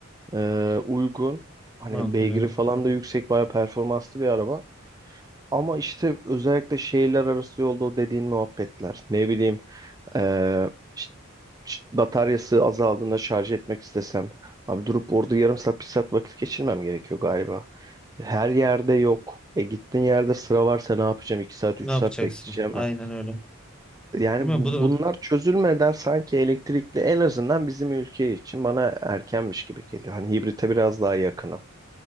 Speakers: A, on the right; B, in the centre.
A: Ee, uygun. Hani
B: Makul
A: beygiri
B: evet.
A: falan da yüksek, bayağı performanslı bir araba. Ama işte özellikle şehirler arası yolda o dediğin muhabbetler. Ne bileyim ee, işte- işte bataryası azaldığında şarj etmek istesem. Abi durup orada yarım saat bir saat vakit geçirmem gerekiyor galiba. Her yerde yok. E gittiğin yerde sıra varsa ne yapacağım? iki saat
B: Ne
A: 3
B: yapacaksın?
A: saat bekleyeceğim
B: Aynen
A: ben.
B: öyle.
A: Yani
B: Bilmiyorum
A: bu-
B: bu da
A: bunlar çözülmeden sanki elektrikli en azından bizim ülke için bana erkenmiş gibi geliyor. Hani hibrite biraz daha yakınım.